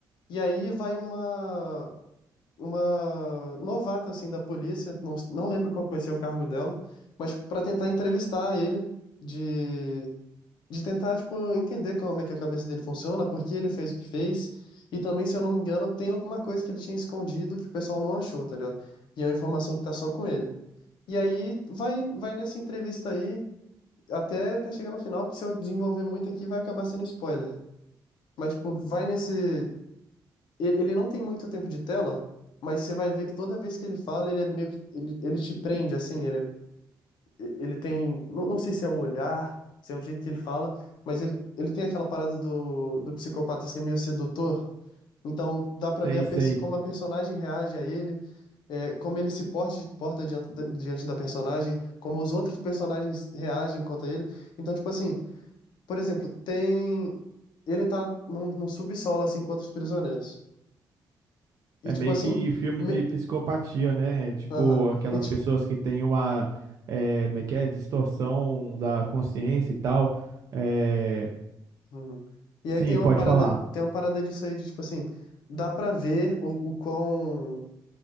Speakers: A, on the left (about 80°); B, on the right (about 45°).
A: E aí vai uma uma novata assim da polícia, não, não lembro qual que vai ser o cargo dela, mas para tentar entrevistar ele de de tentar, tipo, entender como é que a cabeça dele funciona, por que ele fez o que fez, e também, se eu não me engano, tem alguma coisa que ele tinha escondido que o pessoal não achou, tá ligado? E é uma informação que tá só com ele. E aí vai, vai nessa entrevista aí até, até chegar no final, porque se eu desenvolver muito aqui vai acabar sendo spoiler. Mas, tipo, vai nesse. Ele ele não tem muito tempo de tela, mas você vai ver que toda vez que ele fala, ele é meio que. Ele, ele te prende, assim, ele é e- ele tem, não, não sei se é o olhar, se é o jeito que ele fala, mas ele, ele tem aquela parada do, do psicopata ser meio sedutor, então dá pra
B: Sei,
A: ver a
B: sei.
A: pers- como a personagem reage a ele, é, como ele se porte- porta, diante, da, diante da personagem, como os outros personagens reagem contra ele. Então, tipo assim, por exemplo, tem. Ele tá num, num subsolo, assim, com outros prisioneiros. E,
B: É
A: tipo
B: meio
A: assim.
B: que filme
A: Me...
B: de psicopatia, né? Tipo,
A: Aham.
B: aquelas
A: E, tipo,
B: pessoas que têm uma, é, meio que é, distorção da consciência e tal. É,
A: Uhum. E
B: sim,
A: aí tem uma
B: pode
A: parada,
B: falar.
A: tem uma parada disso aí de tipo assim, dá pra ver o, o quão